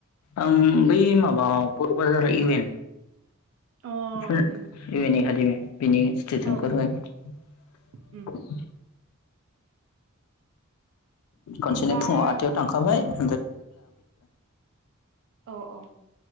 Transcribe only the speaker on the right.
अ
उम
औ औ
उम
ओमफ्राय
औ औ